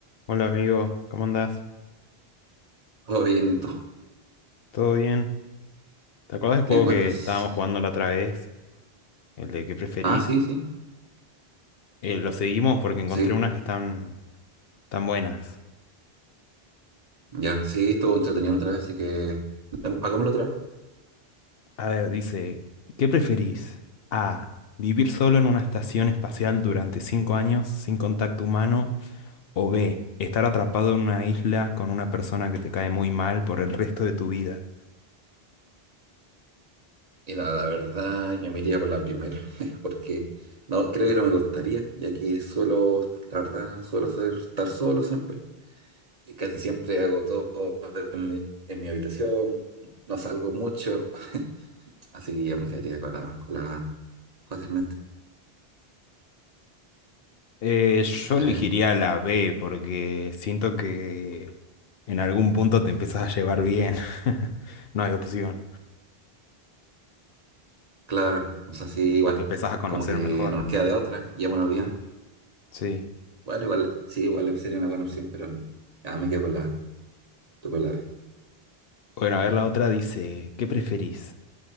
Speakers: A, on the left; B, on the right.
A: Hola amigo, ¿cómo andás?
B: Todo bien, ¿y tú?
A: ¿Todo bien? ¿Te acuerdas del
B: ¿Qué
A: juego
B: me cuentas?
A: que estábamos jugando la otra vez? El de qué preferís.
B: Ah, sí, sí,
A: Eh, lo seguimos porque encontré
B: sí,
A: unas que están tan buenas.
B: ya, sí, estuvo entretenido otra vez, así que dam- hagámoslo otra vez.
A: A ver, dice, ¿qué preferís? A. Vivir solo en una estación espacial durante 5 años sin contacto humano. O B. Estar atrapado en una isla con una persona que te cae muy mal por el resto de tu vida.
B: Y la, la verdad, yo me iría por la primera, <laughs> porque no, creo que no me gustaría, ya que suelo, la verdad, suelo ser, estar solo siempre, y casi siempre hago todo en mi, en mi habitación, no salgo mucho, <laughs> así que yo me quedaría con la, con la A fácilmente.
A: Eh, yo
B: No sé,
A: elegiría la B porque siento que en algún punto te empezás a llevar bien. <laughs> No hay opción.
B: claro, o sea, sí, igual,
A: O te empezás a conocer
B: como que
A: mejor.
B: no nos queda de otra, ya bueno, bien.
A: Sí.
B: Bueno, igual, sí, igual sería una buena opción, pero no. Ah, me quedo con la A, tú con la B.
A: Bueno, a ver, la otra dice, ¿qué preferís?